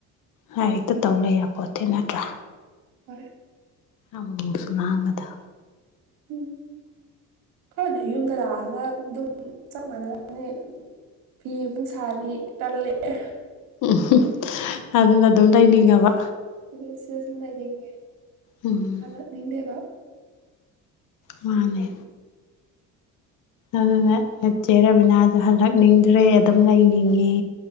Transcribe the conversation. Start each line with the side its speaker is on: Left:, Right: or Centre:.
Left: ꯂꯥꯏꯔꯤꯛꯇ ꯇꯧ ꯂꯩ ꯌꯥꯄꯣꯠꯇꯦ ꯅꯠꯇ꯭ꯔꯥ
Right: ꯍꯣꯏ
Left: ꯑꯃꯨꯃꯨꯛꯁꯨ ꯂꯥꯡꯒꯗ
Right: ꯎꯝ ꯈꯔꯥꯅꯤ ꯌꯨꯝꯗ ꯂꯥꯛꯑꯒ ꯑꯗꯨꯝ ꯆꯞ ꯃꯥꯟꯅꯅꯤ ꯐꯤ ꯑꯃꯨꯛ ꯁꯥꯅꯤ ꯇꯜꯂꯛꯑꯦ
Left: <unintelligible> ꯑꯗꯨꯅ ꯑꯗꯨꯝ ꯂꯩꯅꯤꯡꯉꯕ
Right: ꯑꯗꯨ ꯁꯤꯗ ꯁꯨꯝ ꯂꯩꯅꯤꯡꯉꯦ
Left: ꯎꯝ
Right: ꯍꯜꯂꯛꯅꯤꯡꯗꯦꯕ
Left: ꯃꯥꯅꯦ ꯑꯗꯨꯅ ꯆꯦ ꯔꯕꯤꯅꯥꯗꯣ ꯍꯜꯂꯛꯅꯤꯡꯗ꯭ꯔꯦ ꯑꯗꯨꯝ ꯂꯩꯅꯤꯡꯉꯦ